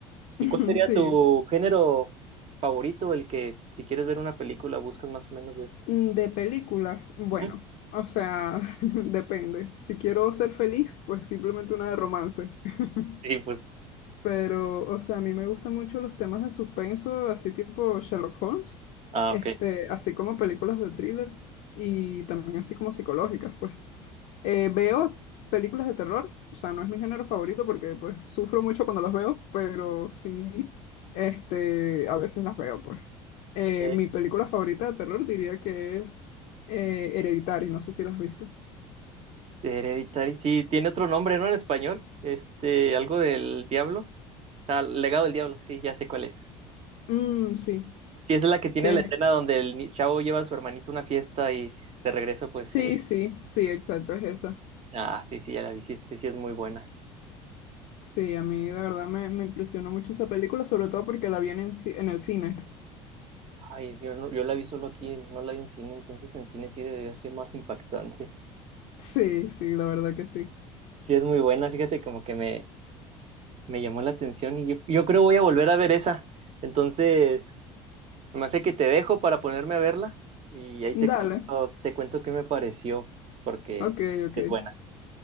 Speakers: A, on the right; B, on the left.
A: ¿Y
B: <laughs>
A: cuál sería
B: sí,
A: tu género favorito, el que si quieres ver una película buscas más o menos de eso?
B: Mm, De películas, bueno,
A: Ujú.
B: o sea, <laughs> depende. Si quiero ser feliz, pues simplemente una de romance. <laughs>
A: Sí, pues.
B: Pero, o sea, a mí me gustan mucho los temas de suspenso, así tipo Sherlock Holmes,
A: Ah,
B: este,
A: ok.
B: así como películas de thriller y también así como psicológicas, pues. Eh, veo películas de terror, o sea, no es mi género favorito porque pues sufro mucho cuando los veo, pero sí, este, a veces las veo, pues. Eh,
A: Eh,
B: mi película favorita de terror diría que es eh, Hereditary, no sé si la has visto.
A: Hereditary, sí, tiene otro nombre, ¿no? En español, este, algo del diablo. Ah, legado del diablo, sí, ya sé cuál es.
B: Mm, sí,
A: Sí, esa es la que tiene
B: que
A: la escena donde el ni- chavo lleva a su hermanito a una fiesta y de regreso, pues.
B: sí,
A: eh,
B: sí, sí, exacto, es esa.
A: ah, sí, sí, ya la vi. Sí, sí, sí es muy buena.
B: Sí, a mí de verdad me, me impresionó mucho esa película, sobre todo porque la vi en, el ci- en el cine.
A: Ay, yo, no, yo la vi solo aquí, no la vi en cine, entonces en cine sí debió ser más impactante.
B: Sí, sí, la verdad que sí.
A: Sí, es muy buena, fíjate, como que me, me llamó la atención y yo, yo creo voy a volver a ver esa. Entonces, me hace que te dejo para ponerme a verla y ahí te
B: Dale,
A: cuento, te cuento qué me pareció, porque
B: ok, ok,
A: es buena.